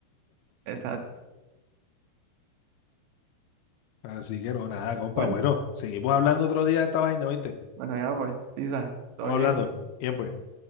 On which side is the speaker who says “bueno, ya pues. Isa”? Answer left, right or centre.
Right